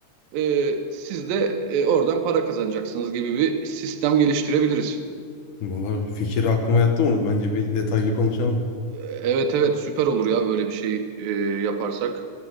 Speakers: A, on the right; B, on the left.
A: Ee, siz de e, oradan para kazanacaksınız gibi bir sistem geliştirebiliriz.
B: Valla fikir aklıma yattı onu. Bence bir detaylı konuşalım.
A: Ee, Evet evet süper olur ya böyle bir şey e, yaparsak.